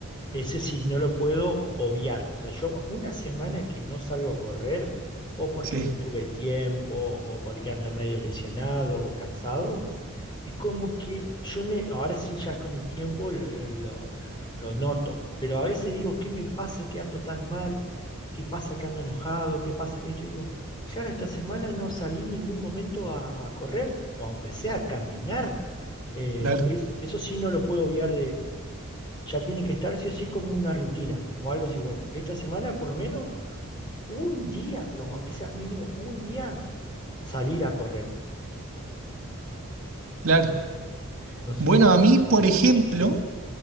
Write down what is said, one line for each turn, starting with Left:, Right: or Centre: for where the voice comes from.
Left: Ese sí, no lo puedo obviar. O sea, yo una semana que no salgo a correr, o porque
Right: Sí,
Left: no tuve tiempo, o porque ando medio lesionado o cansado, es como que yo, en el- ahora sí ya con el tiempo lo, lo- lo- lo- lo noto, pero a veces digo, ¿qué me pasa que ando tan mal? ¿Qué pasa que ando enojado? ¿Qué pasa que esto? Y digo, claro, esta semana no salí en ningún momento a, a correr, o aunque sea a caminar. Eh,
Right: claro,
Left: es- eso sí no lo puedo obviar ya tiene que estar sí o sí como una rutina, como algo así, bueno, esta semana por lo menos un día, pero aunque sea mínimo un día, salir a correr.
Right: claro.
Left: No
Right: Bueno,
Left: sé,
Right: a mí, por ejemplo...
Left: sí.